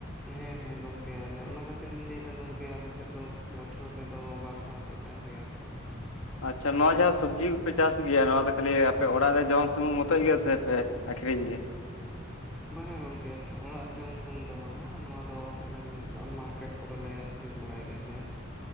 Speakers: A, in the centre; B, on the left.
A: ᱦᱮᱸ ᱦᱮᱸ ᱜᱚᱝᱠᱮ ᱟᱞᱮ ᱚᱱᱟ ᱠᱷᱟᱹᱛᱤᱨᱤᱧ ᱞᱟᱹᱭ ᱮᱫᱟ ᱜᱚᱝᱠᱮ ᱟᱞᱮᱥᱮᱫ ᱫᱚ ᱵᱚᱪᱷᱚᱨ ᱨᱮᱫᱚ ᱵᱟᱨ ᱫᱷᱟᱣ ᱠᱚ ᱼᱼ ᱪᱟᱥ ᱜᱮᱭᱟ ᱠᱚ।
B: ᱟᱪᱪᱷᱟ ᱱᱚᱣᱟ ᱡᱟᱦᱟᱸ ᱥᱚᱵᱡᱤ ᱠᱚᱯᱮ ᱼᱼ ᱪᱟᱥ ᱜᱮᱭᱟ ᱱᱚᱣᱟ ᱫᱚ ᱠᱷᱟᱹᱞᱤ ᱟᱯᱮ ᱚᱲᱟᱜ ᱨᱮ ᱡᱚᱢ ᱥᱩᱢᱩᱢ ᱢᱚᱛᱚᱡ ᱜᱮ ᱥᱮ ᱯᱮ ᱟᱠᱷᱨᱤᱧ ᱜᱮᱭᱟ?
A: ᱵᱟᱝᱟ ᱜᱚᱝᱠᱮ ᱚᱲᱟᱜ ᱡᱚᱢ ᱥᱩᱢᱩᱝ ᱫᱚ ᱵᱟᱝᱟ᱾ ᱱᱚᱣᱟ ᱫᱚ ᱼᱼ ᱟᱞᱮ <inaudible> ᱢᱟᱨᱠᱮᱴ ᱠᱚᱨᱮᱞᱮ ᱟᱠᱷᱨᱤᱧ ᱵᱟᱲᱟᱭ ᱜᱮᱭᱟᱞᱮ।